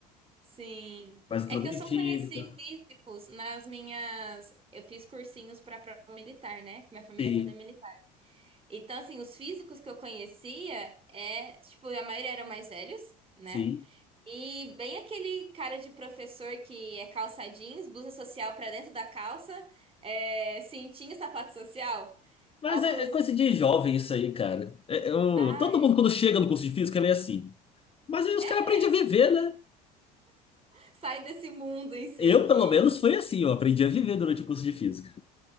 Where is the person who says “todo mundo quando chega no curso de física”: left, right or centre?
Left